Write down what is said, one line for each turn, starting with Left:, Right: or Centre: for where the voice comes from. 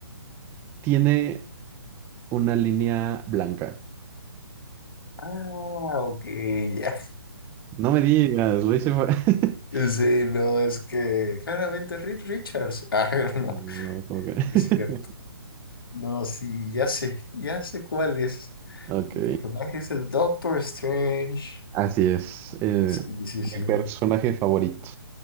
Right: tiene una línea blanca.
Left: Ah, ok, ya.
Right: No me digas, lo hice. fa- <laughs>
Left: Sí, no, es que claramente Reed Richards. <laughs> Ah, no,
Right: No, como
Left: no
Right: que... <laughs>
Left: es cierto. No, sí, ya sé, ya sé cuál es.
Right: Ok,
Left: El personaje es el Doctor Strange.
Right: así es. eh,
Left: Sí, sí, sí.
Right: mi personaje favorito.